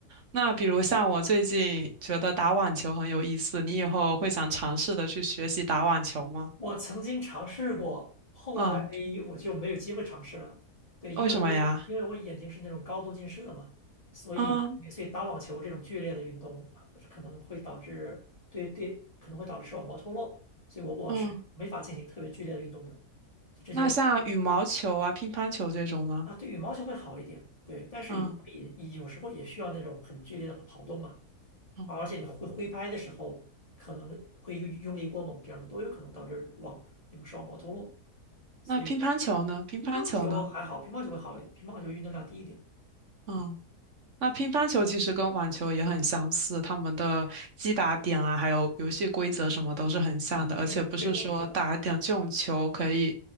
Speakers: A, on the right; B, on the left.
A: 那比如像我最近觉得打网球很有意思，你以后会想尝试的去学习打网球吗？
B: 我曾经尝试过，后来嗯我就没有机会尝试了。
A: 嗯，
B: 对，因为我因为我眼睛是那种高度近视的嘛，
A: 为什么呀？
B: 所以所以打网球这种剧烈的运动啊，
A: 嗯
B: 可能会导致对对可能会导致视网膜脱落，所以我我是没法进行特别剧烈的运动的。
A: 嗯。
B: 就这就
A: 那像羽毛球啊、乒乓球这种呢？
B: 啊，对，羽毛球会好一点，对，但是羽毛球也也有时候也需要那种很剧烈的跑动嘛，
A: 嗯嗯。
B: 而且你挥挥拍的时候可能会用用力过猛，这样的都有可能导致网那种视网膜脱落。所以我
A: 那乒乓球呢？乒乓球呢？
B: 乒乓球还好，乒乓球会好一点，乒乓球运动量低一点。
A: 嗯。那乒乓球其实跟网球也很相似，他们的击打点啊，还有游戏规则什么都是很像的，
B: 啊，
A: 而且不是说打点这种球可以，
B: 对，这个我知道。